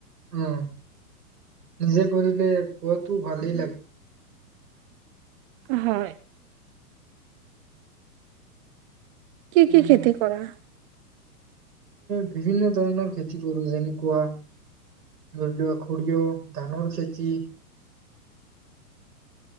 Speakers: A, on the right (about 80°); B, on the right (about 35°).
A: উম, নিজে কৰিলে কোৱাটো ভালেই লাগে।
B: হয়। কি
A: উম
B: কি খেতি কৰা?
A: বিভিন্ন ধৰণৰ খেতি কৰো যেনেকুৱা ধৰি লোৱা সৰিয়হ ধানৰ খেতি